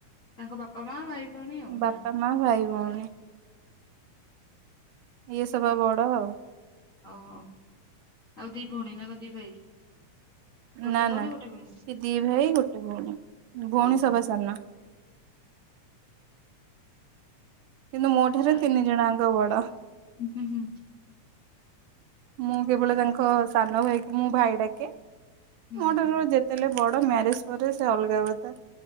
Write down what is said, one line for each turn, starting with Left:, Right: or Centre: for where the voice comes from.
Left: ତାଙ୍କ ବାପା ମା ଭାଇ ଭଉଣୀ ଆଉ
Right: ବାପା
Left: ନା।
Right: ମା ଭାଇ ଭଉଣୀ ଇଏ ସଭା ବଡ ଆଉ।
Left: ଓହୋ ଆଉ ଦି ଭଉଣୀ ନା କ ଦି ଭାଇ। ଗୋଟେ
Right: ନା
Left: ଭଉଣୀ
Right: ନା
Left: ଗୋଟେ
Right: ସେ
Left: ଭାଇ
Right: ଦି ଭାଇ ଗୋଟେ ଭଉଣୀ ଭଉଣୀ
Left: ହଉ ହଉ
Right: ସବା ସାନ। କିନ୍ତୁ ମୋ ଠୁ
Left: ଚାଲ
Right: ସେ ତିନି ଜଣଙ୍କ ବଡ।
Left: ହୁଁ ହୁଁ
Right: ମୁଁ କେବଳ ତାଙ୍କ ସାନ ଭାଇକୁ ମୁଁ ଭାଇ ଡାକେ ।
Left: ହୁଁ
Right: ମୋଟ ଯେତେଲେ ବଡ। ମ୍ୟାରେଜ ପରେ ସେ ଅଲଗା କଥା।